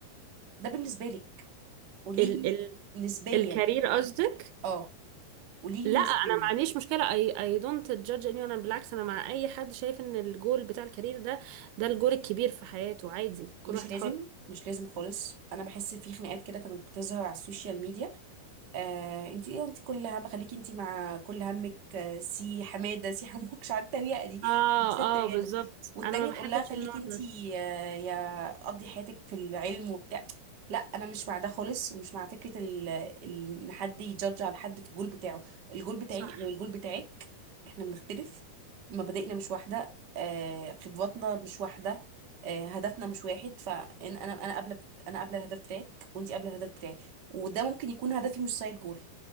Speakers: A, on the right; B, on the right.
A: ده بالنسبه لك قولي
B: ال...
A: لي
B: ال...
A: نسبيا
B: الكارير قصدك
A: اه قولي
B: لا
A: لي
B: انا
A: نسبيا
B: ما عنديش مشكله اي اي دونت جادج اني انا بالعكس انا مع اي حد شايف ان الجول بتاع الكارير ده ده الجول الكبير في حياته عادي كل
A: مش
B: واحد
A: لازم
B: حر
A: مش لازم خالص انا بحس في خناقات كده كانت بتظهر على السوشيال ميديا آه انت ايه انت كل هم خليكي انت مع كل همك آه، سي حماده سي حموك مش عارفه التريقه دي
B: اه
A: بس التريقه
B: اه بالظبط
A: دي والتانيه
B: انا ما بحبش
A: تقول لها خليكي
B: النوع
A: انت
B: ده
A: آه، يا قضي حياتك في العلم وبتاع لا انا مش مع ده خالص ومش مع فكره ال- ال- ان حد يجادج على حد في الجول بتاعه الجول بتاعي
B: صح
A: غير الجول بتاعك احنا بنختلف مبادئنا مش واحده آه، خبراتنا مش واحده آه، هدفنا مش واحد فانا انا انا قابله انا قابله الهدف بتاعك وانت قابله الهدف بتاعك وده ممكن يكون هدفي مش سايد جول